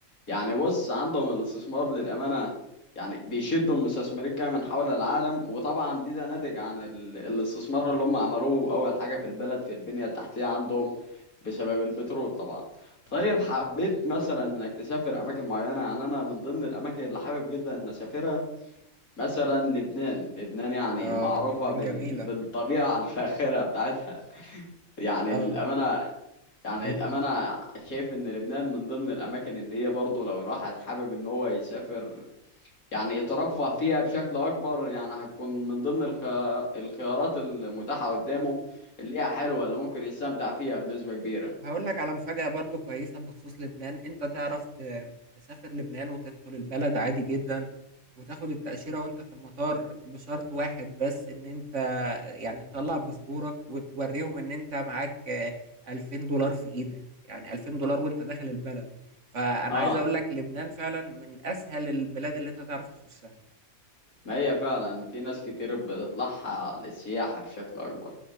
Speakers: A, on the left; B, on the right.
A: يعني بص عندهم الاستثمار للأمانة يعني بيشدوا المستثمرين كده من حول العالم وطبعا دي ده ناتج عن ال... الاستثمار اللي هم عملوه أول حاجة في البلد في البنية التحتية عندهم بسبب البترول طبعا طيب حبيت مثلا انك تسافر اماكن معينة يعني انا من ضمن الاماكن اللي حابب جدا ان اسافرها مثلا لبنان لبنان يعني
B: اه
A: معروفة
B: لبنان
A: بال...
B: جميلة
A: بالطبيعة <laughs> الفاخرة بتاعتها يعني
B: اه
A: للأمانة يعني
B: وتل...
A: الأمانة شايف إن لبنان من ضمن الأماكن اللي هي برضه لو الواحد حابب إن هو يسافر يعني يترفه فيها بشكل أكبر يعني هتكون من ضمن الخ... الخيارات المتاحة قدامه اللي هي حلوة اللي ممكن يستمتع فيها بنسبة كبيرة
B: هقول لك على مفاجأة برضو كويسة بخصوص لبنان انت تعرف ت... تسافر لبنان وتدخل البلد عادي جدا وتاخد التأشيرة وانت في المطار بشرط واحد بس ان انت يعني تطلع باسبورك وتوريهم ان انت معاك آه، ألفين دولار في ايدك يعني ألفين دولار وانت داخل البلد فأنا
A: آه
B: عايز اقول لك لبنان فعلا من اسهل البلاد اللي انت تعرف تخشها
A: ما هي فعلا في ناس كتير بتطلعها للسياحة بشكل أكبر